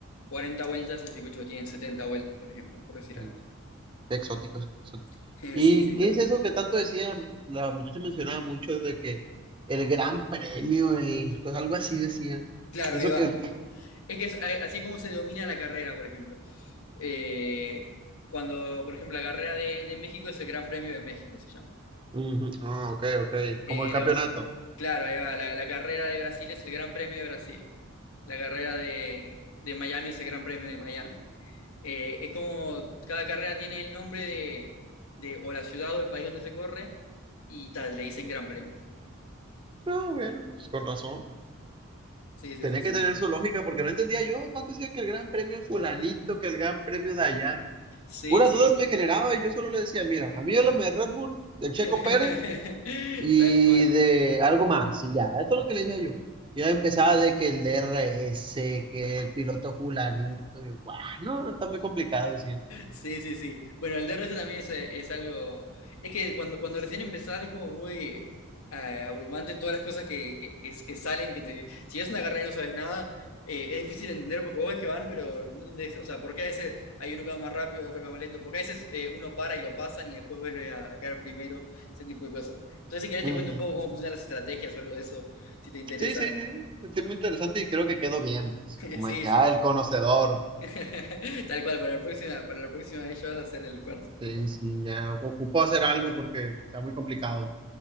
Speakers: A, on the left; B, on the right.
A: 40 vueltas, hay circuitos que tienen 70 vueltas, por ejemplo, por decir
B: Mm,
A: algo.
B: exótico, es exótico.
A: <laughs> Sí,
B: ¿Y
A: sí, está
B: qué
A: bueno.
B: es eso que tanto decía? La muchacha mencionaba mucho de que el gran premio, el, pues algo así decía.
A: Claro,
B: Eso
A: ahí va.
B: que
A: Es que es- a- así es como se domina la carrera, por ejemplo. Eh, cuando, por ejemplo, la carrera de, de México es el Gran Premio de México, se llama.
B: Ujú. Ah, ok, ok.
A: Eh,
B: Como el campeonato.
A: la- claro, ahí va. La, la carrera de Brasil es el Gran Premio de Brasil. La carrera de, de Miami es el Gran Premio de Miami. Eh, es como cada carrera tiene el nombre de, de o la ciudad o el país donde se corre y tal, le dicen Gran Premio.
B: Ah, bueno, pues con razón.
A: Sí, sí,
B: Tenía
A: sí, sí.
B: que tener su lógica porque no entendía yo. Tanto decía que el gran premio fulanito, que el gran premio de allá.
A: Sí,
B: Puras
A: sí.
B: dudas me generaba y yo solo le decía, mira, a mí háblame de Red Bull, de Checo
A: <laughs>
B: Pérez y
A: Tal cual.
B: de algo más. Y ya, esto es lo que le decía yo. Y ya empezaba de que el DRS, que el piloto fulanito. Y yo, guau, no, no, está muy complicado decía.
A: Sí, sí, sí. Bueno, el DRS también es, eh, es algo. Es que cuando, cuando recién empezás es como muy eh, abrumante todas las cosas que, que, que, que salen, que te- si es una carrera y no sabes nada, eh, es difícil entender porque vos ves que van, pero no entendés. O sea, porque a veces hay uno que va más rápido, otro que va más lento? Porque a veces eh, uno para y lo pasan y después vuelve a, a quedar primero, ese tipo de cosas. Entonces, si querés,
B: Ujú.
A: te cuento un poco cómo funcionan las estrategias o algo de eso, si te interesa.
B: Sí, sí, sí. Es muy interesante y creo que quedó bien, pues.
A: <laughs>
B: Como
A: Sí,
B: que,
A: sí.
B: ah, el conocedor.
A: <laughs> Tal cual, para la próxima, para la próxima vez ya vas a hacer el esfuerzo.
B: Sí, sí, ya ocupó hacer algo porque está muy complicado.